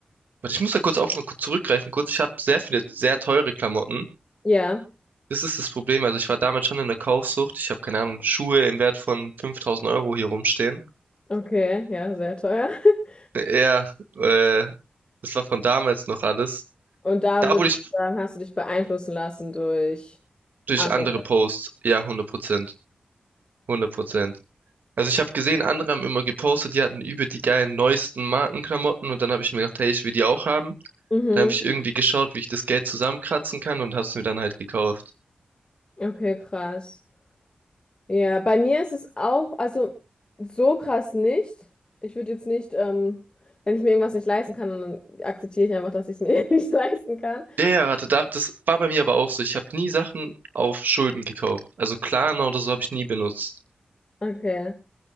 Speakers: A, on the right; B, on the left.
A: Warte, ich muss da kurz auch mal kurz zurückgreifen. Kurz, ich habe sehr viele sehr teure Klamotten.
B: ja,
A: Das ist das Problem. Also ich war damals schon in der Kaufsucht. Ich habe keine Ahnung, Schuhe im Wert von 5000 Euro hier rumstehen.
B: okay, ja, sehr teuer. <laughs>
A: Ja, äh, das war von damals noch alles.
B: Und da
A: Da
B: würdest
A: wurde ich
B: du sagen, hast du dich beeinflussen lassen durch
A: durch
B: andere.
A: andere Posts. Ja, hundert Prozent. hundert Prozent. Also ich habe gesehen, andere haben immer gepostet, die hatten über die geilen neuesten Markenklamotten und dann habe ich mir gedacht, hey, ich will die auch haben.
B: Mhm.
A: Dann habe ich irgendwie geschaut, wie ich das Geld zusammenkratzen kann und habe es mir dann halt gekauft.
B: Okay, krass. Ja, bei mir ist es auch, also so krass nicht. Ich würde jetzt nicht, ähm, wenn ich mir irgendwas nicht leisten kann, dann akzeptiere ich einfach, dass ich es mir <laughs> nicht leisten kann.
A: Der hatte da, das war bei mir aber auch so. Ich habe nie Sachen auf Schulden gekauft. Also Klarna oder so habe ich nie benutzt.
B: Okay.